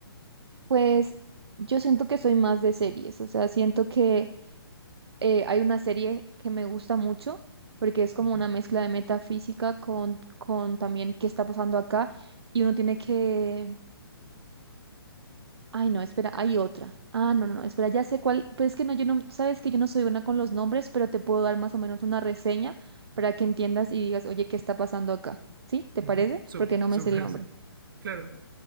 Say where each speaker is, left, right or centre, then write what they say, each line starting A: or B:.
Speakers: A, on the right; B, on the right.
A: Pues yo siento que soy más de series, o sea, siento que eh, hay una serie que me gusta mucho porque es como
B: Ujú.
A: una mezcla de metafísica con, con también qué está pasando acá y uno tiene que... Ay, no, espera, hay otra. Ah, no, no, no, espera, ya sé cuál, pero es que no, yo no, sabes que yo no soy buena con los nombres, pero te puedo dar más o menos una reseña para que entiendas y digas, oye, ¿qué está pasando acá? ¿Sí? ¿Te
B: Ujú.
A: parece?
B: Súper,
A: Porque no
B: súper,
A: me sé el nombre.
B: claro.